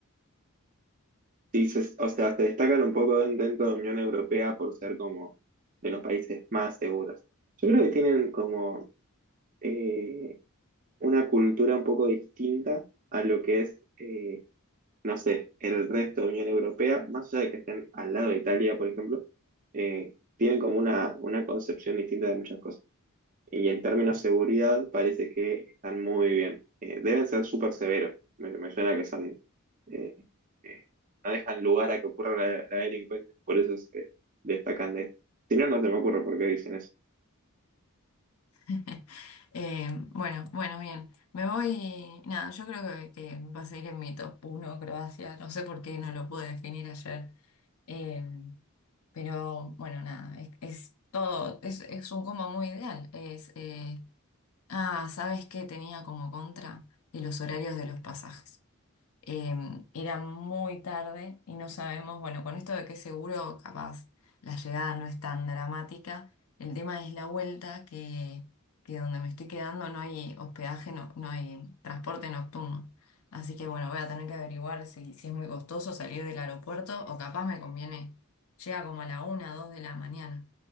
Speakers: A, on the right; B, on the left.
A: Sí, se- o sea, se destacan un poco den- dentro de la Unión Europea por ser como de los países más seguros. Yo creo que tienen como eh, una cultura un poco distinta a lo que es, eh, no sé, el resto de Unión Europea, más allá de que estén al lado de Italia, por ejemplo, eh, tienen como una, una concepción distinta de muchas cosas. Y en términos de seguridad, parece que están muy bien. Eh, deben ser súper severos. Me, me suena que son, eh, eh, no dejan lugar a que ocurra la, la delincuencia. Por eso se destacan de esto. Si no, no se me ocurre por qué dicen eso.
B: <laughs> Eh, bueno, bueno, bien. Me voy, nada, yo creo que, que va a seguir en mi top uno Croacia. No sé por qué no lo pude definir ayer. Em, pero bueno, nada, es, es todo, es, es un combo muy ideal. Es, eh, ah, ¿sabes qué tenía como contra? Y los horarios de los pasajes. Em, era muy tarde y no sabemos, bueno, con esto de que seguro capaz la llegada no es tan dramática, el tema es la vuelta que, que donde me estoy quedando no hay hospedaje, no, no hay transporte nocturno. Así que bueno, voy a tener que averiguar si, si es muy costoso salir del aeropuerto o capaz me conviene, llega como a la una, dos de la mañana.